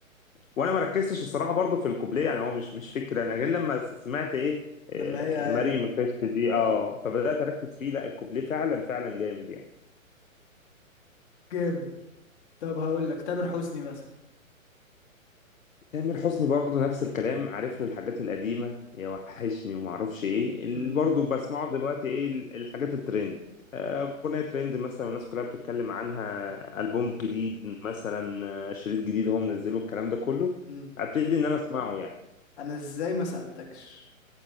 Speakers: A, on the left; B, on the left.
A: وانا ما ركزتش الصراحه برضو في الكوبليه يعني هو مش مش فكره انا غير لما س- سمعت ايه آه،
B: لما هي عالم
A: مريم القشط دي
B: آه.
A: اه فبدات اركز فيه لا الكوبليه فعلا فعلا جامد يعني
B: جامد طب هقول لك تامر حسني مثلا
A: تامر حسني برضه نفس الكلام عارف له الحاجات القديمة يا وحشني وما اعرفش ايه اللي
B: مم.
A: برضه بسمعه دلوقتي ايه ال- الحاجات الترند آه، أغنية ترند مثلا والناس كلها بتتكلم عنها ألبوم جديد مثلا آه، شريط جديد هو منزله الكلام ده كله
B: مم.
A: ابتدي ان انا اسمعه يعني
B: انا ازاي ما سألتكش